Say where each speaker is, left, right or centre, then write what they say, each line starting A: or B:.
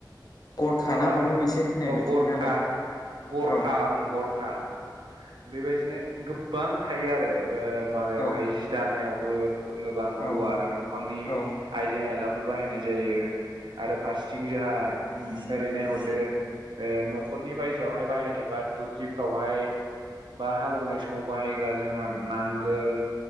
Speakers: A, on the left; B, on the right.
A: गरखा
B: माबा
A: ना
B: होनदों
A: मोनसे होननाय
B: औ
A: बायदिमोन
B: गरखा गरखा
A: आरो
B: ओं गरखा बेबायदिनो गोबां थायो आरो ओ माबायावहाय
A: औ
B: जि दानायावबो गोबां
A: औ
B: औवा आरो दंफांनि
A: औ
B: आइजें आयलाफोर बाहायनाय जायो आरो फारसेथिं जोंहा ओरै नायहरदो ओ न'खरनि बायजोआवहाय बाहायनो बा दुब्लिफ्रावहाय बा हालेवनाय समाव बाहायग्रा जोंहा नांगोल